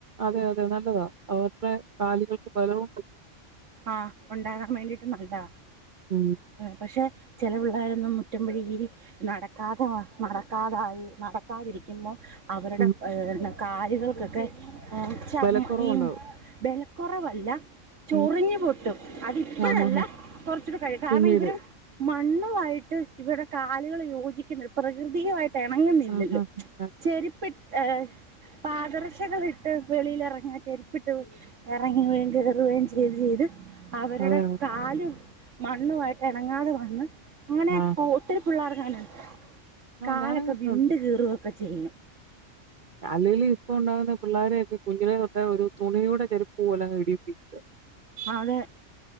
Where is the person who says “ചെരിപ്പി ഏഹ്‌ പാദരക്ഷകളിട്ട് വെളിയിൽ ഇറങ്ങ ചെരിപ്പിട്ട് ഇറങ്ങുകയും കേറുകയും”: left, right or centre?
Right